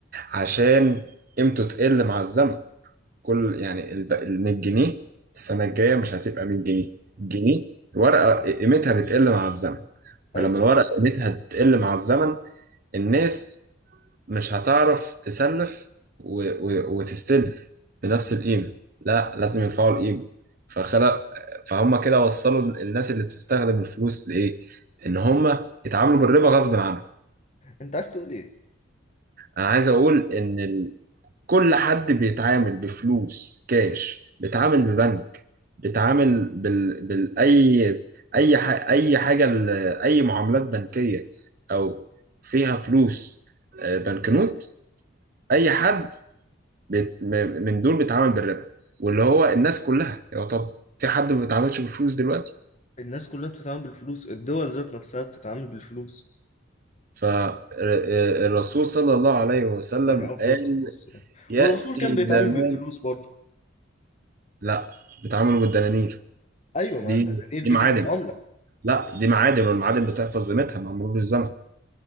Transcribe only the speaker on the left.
ايوه
اكيد
انت عايز تقول ايه
الناس كلها بتتعامل بالفلوس الدول ذات نفسها بتتعامل بالفلوس
هي افضل
الصوت ده
والرسول كان بيتعامل
بالفلوس برضه
ايوه ما
الدنانير
دي
كانت عملة